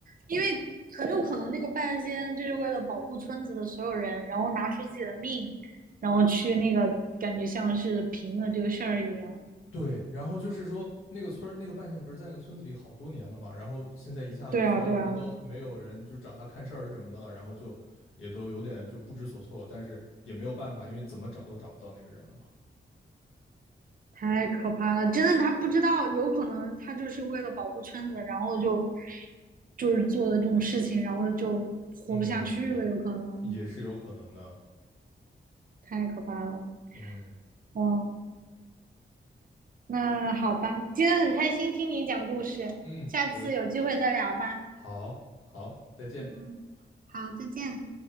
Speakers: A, on the right; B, on the left.
A: 因为很有可能那个半仙就是为了保护村子的所有人，然后拿出自己的命，然后去那个感觉像是平了这个事儿一样。
B: 对，然后就是说那个村那个半仙不是在那个村子里好多年了嘛，然后现在一下子所有人都没有人就找他看事儿什么的了，
A: 对啊，对啊，
B: 然后就也都有点就不知所措，但是也没有办法，因为怎么找都找不到那个人了嘛。
A: 太可怕了，真的，他不知道，有可能他就是为了保护村子，然后就就是做的这种事情，然后就活不下去了，
B: 嗯，
A: 有可能，
B: 也是有可能的。
A: 太可怕了，
B: 嗯
A: 嗯。那好吧，今天很开心听你讲故事，
B: 嗯，
A: 下次有机会再聊吧。
B: 我也好好，再见。
A: 嗯，好，再见。